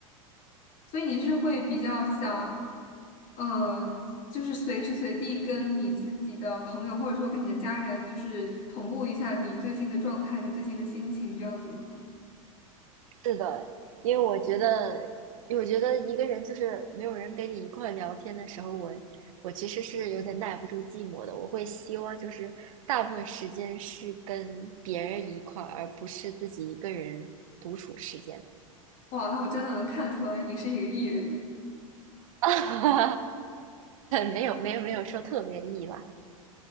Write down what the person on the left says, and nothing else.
所以你是会比较想，呃，就是随时随地跟你自己的朋友或者说跟你的家人，就是同步一下你最近的状态，你最近的心情这样子吗？
哇，那我真的能看得出来你是一个 E 人耶，